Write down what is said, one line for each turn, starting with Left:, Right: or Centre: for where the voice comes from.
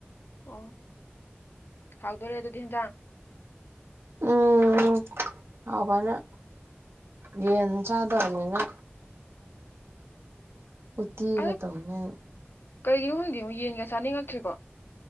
Left: ꯑꯣ ꯍꯥꯎꯗꯣꯣꯔꯦ ꯑꯗꯨ ꯑꯗꯨꯗꯤ ꯏꯟꯖꯥꯡ
Right: ꯎꯝ ꯍꯧꯕꯅ ꯌꯦꯟ ꯆꯥꯗꯔꯅꯤꯉ ꯎꯠꯇꯤꯒ
Left: ꯑꯗꯣ
Right: ꯇꯧꯅꯦ
Left: ꯀꯩꯒꯤꯅꯣ ꯈꯪꯗꯦ ꯌꯦꯟꯒ ꯆꯥꯅꯤꯡꯉꯛꯇ꯭ꯔꯤꯀꯣ